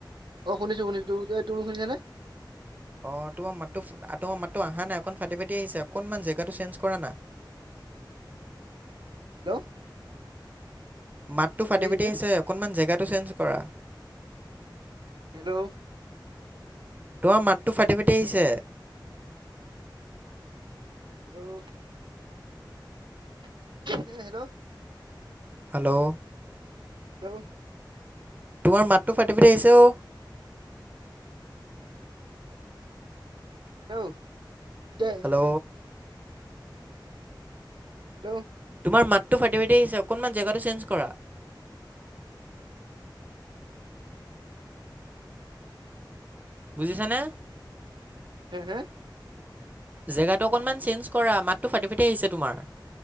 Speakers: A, on the right (about 70°); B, on the right (about 20°).
A: অ শুনিছো শুনিছো। ত তুমি শুনিছানে?
B: অ তোমাৰ মাতো তোমাৰ মাতো অহা নাই অকন ফাটি ফাটি আহিছে অকনমান জেগাটো চেঞ্জ কৰা না।
A: হেল্ল'
B: মাতটো ফাটি
A: আহিছে
B: ফাটি
A: এতিয়া
B: আছে অকনমান জেগাটো চেঞ্জ কৰা।
A: হেল্ল'
B: তোমাৰ মাতটো ফাটি ফাটি আহিছে।
A: হেল্ল' হেল্ল'
B: হেল্ল'
A: ল্লো
B: তোমাৰ মাতটো ফাটি ফাটি আহিছে অ।
A: হেল্ল' <unintelligible>
B: হেল্ল'
A: দো
B: আমাৰ মাতটো ফাটি ফাটি আহিছে অকণমান জেগাটো চেঞ্জ কৰা। বুজিছানে?
A: হে হে
B: জেগাটো অকণমান চেঞ্জ কৰা মাতটো ফাটি ফাটি আহিছে তোমাৰ।